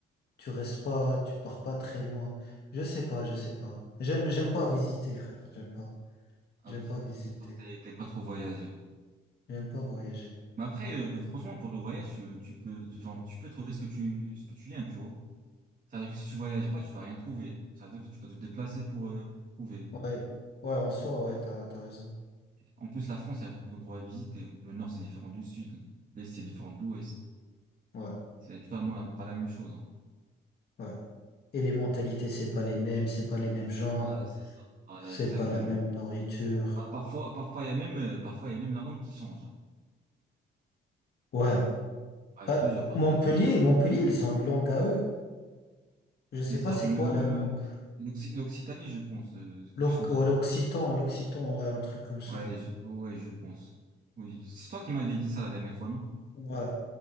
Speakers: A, on the left (about 55°); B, on the right (about 40°).
A: Tu restes pas, tu pars pas très loin. Je sais pas, je sais pas. J'aime, j'aime pas visiter, frère. J'aime pas.
B: Ah,
A: J'aime
B: ok.
A: pas visiter.
B: Bah, Toi, t'es- t'aimes pas trop voyager.
A: J'aime pas voyager.
B: Mais après, euh, franchement, pour le voyage, tu, tu peux, genre, tu peux trouver ce que tu, ce que tu aimes, tu vois. C'est-à-dire que si tu voyages pas, tu vas rien trouver. cest à dire que tu dois te déplacer pour euh, trouver.
A: Ouais. Ouais, en soi, ouais, t'as, t'as raison.
B: En plus, la France, il y a beaucoup d'endroits à visiter. Le nord, c'est différent du sud. L'est, c'est différent de l'ouest.
A: Ouais,
B: C'est totalement la- pas la même chose. hein.
A: ouais. Et les mentalités,
B: Ouais.
A: c'est pas les mêmes, c'est pas les mêmes gens,
B: Voilà, c'est ça. Voilà,
A: c'est
B: exactement.
A: pas la même nourriture.
B: Bah, parfois, parfois, il y a même, euh, parfois, il y a même la langue qui change. hein.
A: Ouais.
B: Ah,
A: Bah,
B: je te jure, parfois,
A: Montpellier,
B: il y a même-
A: Montpellier, ils ont une langue à eux. Je sais
B: C'est ça.
A: pas c'est
B: Le,
A: quoi la langue.
B: l'Occ- l'Occitanie, je pense, euh,
A: L'oc-
B: quelque chose
A: ouais, L'occitan, l'occitan, ouais, un truc comme ça.
B: Ouais, je, ouais, je pense. Oui. C'est toi qui m'avais dit ça la dernière fois, non?
A: Ouais. Ouais.